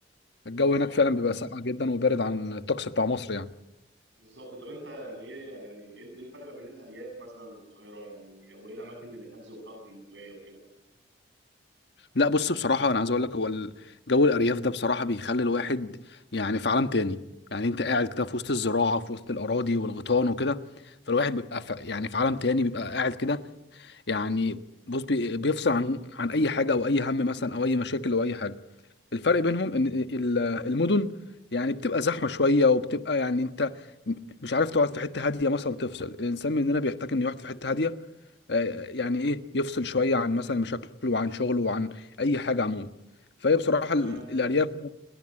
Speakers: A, on the left; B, on the right.
A: الجو هناك
B: اه
A: فعلا بيبقى ساقع جدا وبارد عن الطقس بتاع مصر يعني
B: بالظبط طب انت يعني ايه يعني ايه الفرق ما بين الارياف مثلا والقاهره يعني وايه الاماكن اللي هناك زرتها في المنوفيه وكده
A: لا بص بصراحة أنا عايز أقول لك هو ال- جو الأرياف ده بصراحة بيخلي الواحد يعني في عالم تاني يعني أنت قاعد كده في وسط الزراعة في وسط الأراضي والغيطان وكده فالواحد بيبقى في يعني في عالم تاني بيبقى قاعد كده يعني بص بي- بيفصل عن عن أي حاجة أو أي هم مثلا أو أي مشاكل أو أي حاجة الفرق بينهم إن ال- المدن يعني بتبقى زحمة شوية وبتبقى يعني أنت مش عارف تقعد في حتة هادية مثلا تفصل الإنسان مننا بيحتاج إنه يقعد في حتة هادية يعني ايه يفصل شويه عن مثلا مشاكله وعن شغله وعن اي حاجه عموما فهي بصراحه
B: والله
A: ال-
B: يا ابني
A: الارياف